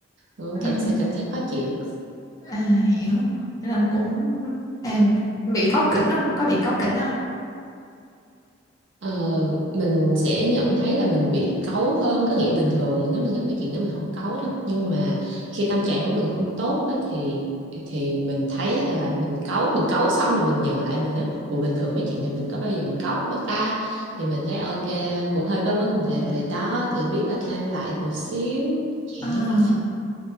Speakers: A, on the right; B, on the left.
A: Ừ,
B: À,
A: cảm sẽ cảm thấy khó chịu
B: à hiểu. Thế là cũng à, bị cáu kỉnh không? Có bị cáu kỉnh không?
A: Ờ, mình sẽ nhận thấy là mình bị cáu hơn có nghĩa bình thường nếu mình gặp cái chuyện đó mình không cáu đâu nhưng mà khi tâm trạng của mình không tốt á, thì thì mình thấy là mình cáu mình cáu xong rồi mình nhận lại mình á ủa bình thường mấy chuyện này mình có bao giờ mình cáu đâu ta thì mình thấy ok cũng hơi có vấn đề rồi đó thì biết là calm lại một xíu chuyện
B: À,
A: giống như